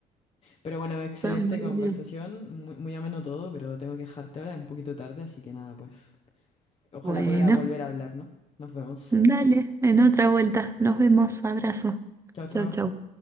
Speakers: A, on the left; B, on the right.
A: Pero bueno, excelente
B: También.
A: conversación, muy, muy ameno todo, pero tengo que dejarte ahora, es un poquito tarde, así que nada, pues ojalá
B: Bueno,
A: podrá volver a hablar, ¿no? Nos vemos.
B: dale, en otra vuelta. Nos vemos. Abrazo.
A: Chao, chao.
B: Chau, chau.